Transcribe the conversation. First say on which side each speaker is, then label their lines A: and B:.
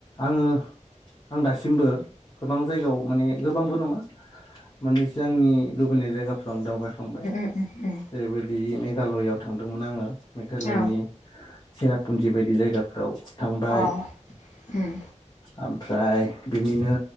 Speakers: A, on the left; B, on the left.
A: आंङो आं दासिमबो गोबां जायगायाव माने गोबांबो नंङा माने जे आंनि लुबैनाय जायगाफ्राव आं दावबायखांबाय
B: उम उम उम
A: जेरैबायदि मेघालयआव थांदोंमोन आंङो मेघालयनि
B: औ
A: सेरापुन्जि बायदि जायगाफ्राव थांबाय
B: अ उम उम
A: ओमफ्राय बिनिनो